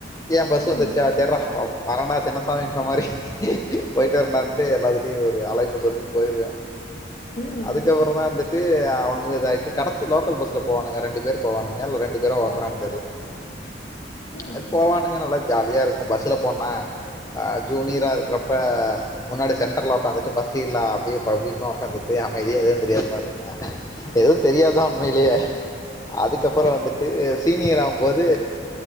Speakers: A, on the left; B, on the left.
A: கியா பஸ்ஸு
B: ம்
A: வந்துச்சா சர்ரா வரண்டா தின்னசாமின்ற மாரி போயிட்டு வரண்டான்ட்டு எல்லாத்துட்டயூ ஒரு அழைப்ப சொல்ட்டு போயிருவே
B: ம்
A: அதுக்கப்றந்தா வந்துட்டு அ அவனுங்களு இதாயிட்டு கடசி லோக்கல் பஸ்ல போவானுங்க ரெண்டு பேர் போவானுங்க நேர்ல ரெண்டு பேரூ ஒருத்தரான்
B: ஓ ம்
A: அது
B: ம்
A: போவானுங்க நல்லா ஜால் யா இருக்கூ பஸ்ல போன்னா ஆ ஜூனியரா இருக்றப் ப முன்னாடி சென் டர்ல ஒக்காந்துட்டு ஃபஸ்ட் சீட்ல அப்டியே பவ்யமா ஒக்காந்துட்டு அமைதியா எதயாவ் தெரியாத மாரி இருந்தே எதூம் தெரியாதுதா உண்மைலியே அதுக்கப்றோ வந்துட்டு சீனியர் ஆவும்போது